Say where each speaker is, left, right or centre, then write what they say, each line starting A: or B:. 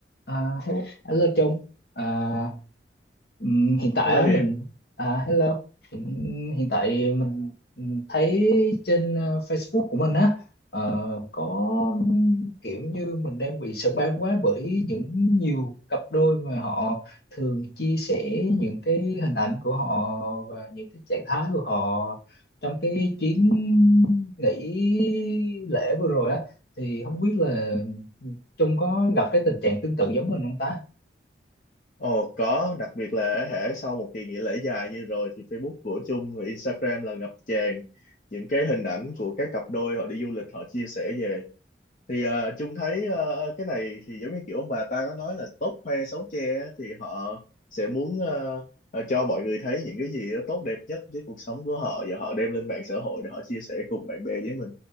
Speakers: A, on the left; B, on the left.
A: À, hello, hello Trung à, ừm, hiện tại
B: Hello
A: á,
B: Hiệp,
A: mình à, hello hiện, hiện tại mình ừm, thấy trên ờ, Facebook của mình á ờ, có kiểu như mình đang bị spam quá bởi những nhiều cặp đôi mà họ thường chia sẻ những cái hình ảnh của họ và những cái trạng thái của họ trong cái chuyến nghỉ lễ vừa rồi á thì không biết là Trung có gặp cái tình trạng tương tự giống mình không ta
B: ồ có, đặc biệt là hễ sau một kỳ nghỉ lễ dài như rồi thì Facebook của Chung và Instagram là ngập tràn những cái hình ảnh của các cặp đôi họ đi du lịch họ chia sẻ về. Thì ờ, Chung thấy ờ, cái này thì giống như kiểu ông bà ta có nói là tốt khoe xấu che á, thì họ sẽ muốn ờ, ờ, cho mọi người thấy những cái gì đó tốt đẹp nhất với cuộc sống của họ và họ đem lên mạng xã hội để họ chia sẻ cùng bạn bè với mình.